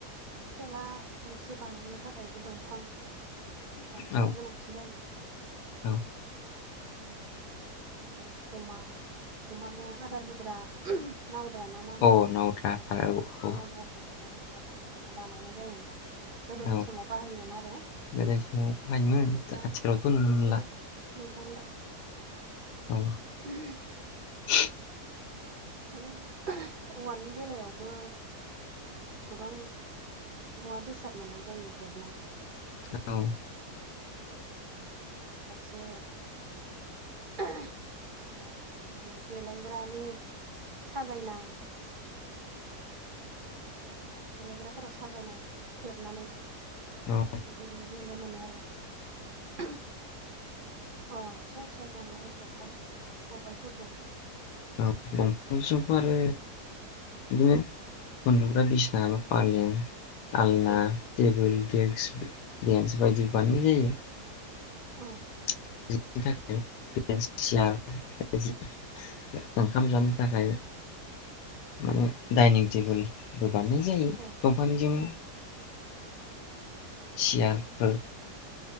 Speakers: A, on the right (about 55°); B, on the left (about 80°).
A: थेला गंसे बानायनो थाखायबो दंफां दंफांनि
B: औ
A: गोनांथि जायो
B: औ
A: उम आरो अमा अमानो आदार होग्रा नावद्रा ना मा होनोमोन
B: अ
A: नोंथां
B: नावद्रा था औ औ
A: नावद्राखौबो दंफांजोंनो बानायनाय जायोमोन बांसिन गोदोनि
B: औ
A: समाव बाहायोमोन आरो
B: गोदो समाव हायोमोन आथिखालावथ'
A: दा
B: नुनो
A: बेखौ
B: मोनला।
A: <unintelligible>
B: औ।
A: उमह।
B: <inaudible>
A: आरो औवानि बेलायावबो गोबां मुवा बेसाद मोननाय जायो हेबनाय।
B: औ।
A: अ खायसे ओ माहोनदो देलायग्रानि साजायनाय गेलेग्राफोराव साजायनाय हेबनानै बेफोरबायदि
B: औ
A: नुनो मोनो आरो उमह अ फिसा फिसा जेंगाय जेखाइ। खबाइफोरखौ
B: औ <unintelligible> आरो बिदिनो उन्दुग्रा बिसनााबा पालें। आलना
A: अ
B: टेबोल देखस बेन्स बायदि
A: अ
B: बानायनाय जायो
A: अ
B: <unintelligible> ओंखाम जानो थाखाय माने डाइनिं टेबोल होबानो जायो
A: औ
B: दंफांनिजों।
A: औ
B: सियारफोर